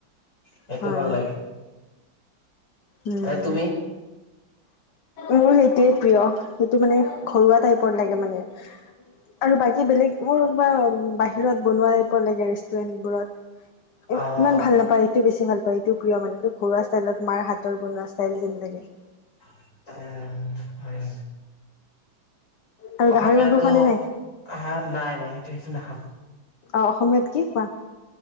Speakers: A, on the left; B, on the left.
A: সেইটো
B: হয়
A: ভাল লাগে।
B: উম।
A: এ তুমি
B: মোৰ সেইটোৱে প্ৰিয়, সেইটো মানে ঘৰুৱা টাইপৰ লাগে মানে, আৰু বাকী বেলেগ মোৰ বা বাহিৰত বনোৱা টাইপৰ লাগে ৰেষ্টুৰেন্টবোৰত।
A: আহ
B: ইমান ভাল নাপায় এইটো বেছি ভাল পায় এইটো প্ৰিয় মানে, এইটো ঘৰুৱা ষ্টাইলত মাৰ হাত ৰ বনোৱা ষ্টাইল যেন লাগে।
A: উম। হয়।
B: আৰু
A: অসমীয়াটো,
B: গাহৰি মাংস খোৱা নে নাই?
A: আহা নাই নাই, সেইটো নাহা।
B: অ' অসমীয়াত কি কোৱা?